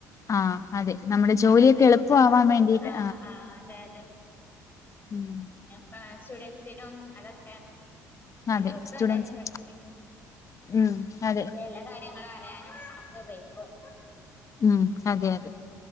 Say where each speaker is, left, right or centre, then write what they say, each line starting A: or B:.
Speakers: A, on the left (about 40°); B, on the left (about 25°).
A: ആഹ് അതെ നമ്മുടെ ജോലിയൊക്കെ
B: അത് ഉപയോഗിച്ചു
A: എളുപ്പമാവാൻ
B: കാണ്ട്
A: വേണ്ടിട്ട്
B: ആഹ് ആഹ് അതെ അതെ
A: ഉം
B: പിന്നെപ്പാ സ്റ്റുഡൻസിനും അത് എല്ലോർത്തും
A: അതെ സ്റ്റുഡന്റ്സ്
B: അതാൻ പ്രസ്നം
A: ഉം അതെ
B: എല്ലാ കാര്യങ്ങളും അറിയാനും ഒക്കെ ഉപയോഗിക്കും
A: ഉം അതെ അതെ